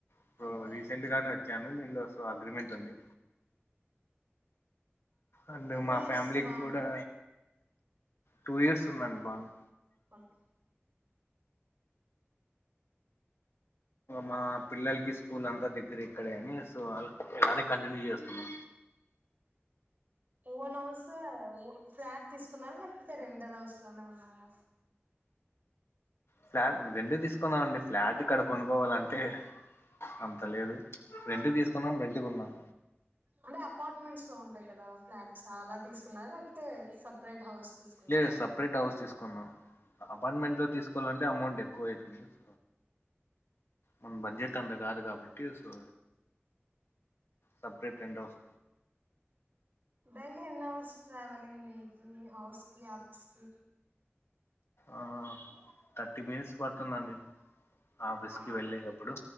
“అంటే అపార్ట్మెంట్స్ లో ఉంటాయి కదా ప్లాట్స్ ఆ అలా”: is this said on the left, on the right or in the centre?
Right